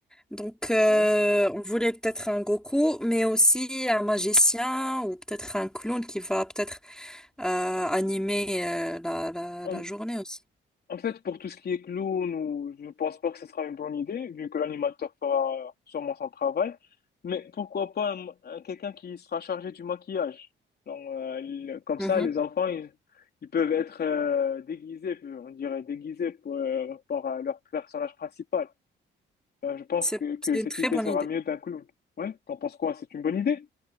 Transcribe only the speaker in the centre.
Donc, euh,
on voulait peut-être un Goku, mais aussi un magicien ou peut-être un clown qui va peut-être euh, animer euh, la, la,
la journée aussi.
Mhm.
C'est,
c'est
une très
bonne
idée.